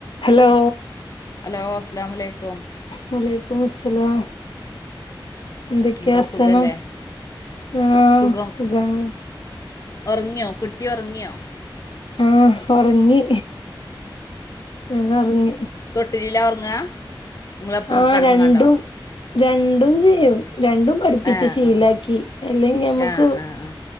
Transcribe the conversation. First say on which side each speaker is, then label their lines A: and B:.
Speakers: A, on the left; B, on the left.
A: ഹലോ?
B: ഹലോ അസ്സലാമു അലൈക്കും.
A: വലൈക്കും മുസലാം. എന്തൊക്കെയാ
B: എന്താ
A: വർത്താനം
B: സുഖല്ലേ
A: ആ
B: സുഖം
A: സുഖാണ്.
B: ഉറങ്ങിയോ കുട്ടി ഉറങ്ങിയോ?
A: ആ ഉറങ്ങി പെണ്ണ്ഒറങ്ങി.
B: തൊട്ടിലിലാ ഉറങ്ങാ നിങ്ങളപ്പം
A: ആ
B: കടന്ന്
A: രണ്ടും
B: കണ്ടോ
A: രണ്ടും ചെയ്യും രണ്ടും പഠിപ്പിച്ച്
B: ആഹ്
A: ശീലാക്കി
B: ആഹ്
A: അല്ലെങ്കി നമുക്ക്.
B: ആഹ് ആഹ് ആഹ്